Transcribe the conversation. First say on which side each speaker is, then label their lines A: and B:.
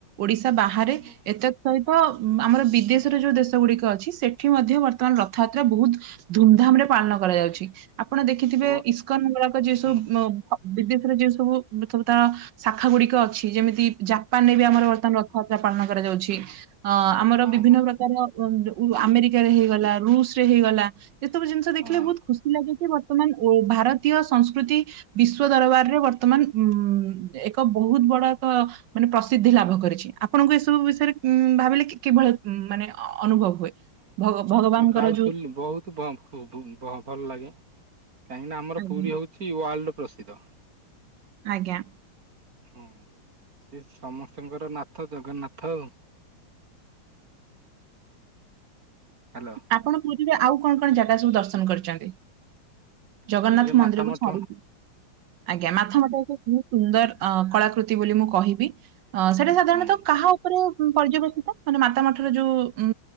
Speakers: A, on the right (about 70°); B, on the right (about 45°).
A: ଓଡିଶା ବାହାରେ
B: ହୁଁ
A: ଏତେ ସହିତ ଆମର ବିଦେଶରେ ଯୋଉ ଦେଶ ଗୁଡିକ ଅଛି ସେଠି ମଧ୍ୟ ବର୍ତ୍ତମାନ ରଥଯାତ୍ରା ବହୁତ ଧୁମଧାମରେ ପାଳନ କରାଯାଉଛି ଆପଣ ଦେଖିଥିବେ
B: ହୁଁ
A: ଇସ୍କନ ଗୁରାକ ଯିଏ ସବୁ
B: ହୁଁ
A: ଅଁ ଅ ବିଦେଶେରେ ଯେଉ ସବୁ ସବୁ ତା ଶାଖା ଗୁଡିକ ଅଛି ଯେମିତିକି ଜାପାନରେ ବି ଆମର ବର୍ତ୍ତମାନ ର ଥ ଯାତ୍ରା ପାଳନ କରାଯାଉଛି ଅ ଆମର
B: ହଁ
A: ବିଭିନ୍ନ ପ୍ରକାର ବ ଯୋଉ ଉ ଆମେରିକାରେ ହେଇଗଲା ରୁଷ ରେ ହେଇଗଲା ଏସବୁ ଜିନିଷ ଦେଖିଲେ
B: ହଁ।
A: ବହୁତ ଖୁସ୍ ସି ଲାଗେ କି ବର୍ତ୍ତମାନ ଏ ଭାରତୀୟ ସଂସ୍କୃତି ବିଶ୍ଵ ଦରବାରରେ ବର୍ତ୍ତମାନ ଉ ଏକ ବହୁତ ବଡ ଏକ ମାନେ ପ୍ରସିଦ୍ଧି ଲାଭ କରିଛି ଆପଣଙ୍କୁ ଏସବୁ ବିଷୟରେ ଉଁ ଭାବିଲେ କି-କିଭଳିଆ ମାନେ ଅନୁଭବ ହୁଏ?
B: ଉ
A: ଭଗ ଭଗବାନଙ୍କର
B: ମାନେ ପ୍ରାଉଡ
A: ଯୋଉ
B: ଫିଲ୍ ବହୁତ ବ ବୁ-ବୁ-ବ-ଭଲ ଲାଗେ କାହିଁକି ନା ଆମର
A: ଆଜ୍ଞା
B: ପୁରୀ ହଉଚି ୱାର୍ଲଡ ପ୍ରସିଦ୍ଧ।
A: ଆଜ୍ଞା।
B: ହୁଁ ସେ ସମସ୍ତଙ୍କର ନାଥ ଜଗନ୍ନାଥ। ହାଲୋ।
A: ଆପଣ ପୁରୀରେ ଆଉ କଣ କଣ ଜାଗା ସବୁ ଦର୍ଶନ କରିଚନ୍ତି? ଜଗନ୍ନାଥ
B: ପୁରୀରେ ମାତା
A: ମନ୍ଦିର କୁ
B: ମଠ
A: ଛାଡିକି ଆଜ୍ଞା ମାଥ ମଠ କୁ ମୁଁ ସୁନ୍ଦର ଅ କଳାକୃତି ବୋଲି ମୁଁ କହିବି ଅ ସେଇଟା ସାଧାରଣତଃ
B: ହୁଁ।
A: କାହା ଉପରେ ଉଁ ପର୍ଯ୍ୟବେସିତ? ମାନେ ମାତା ମଠରେ ଯୋଉ ଉଁ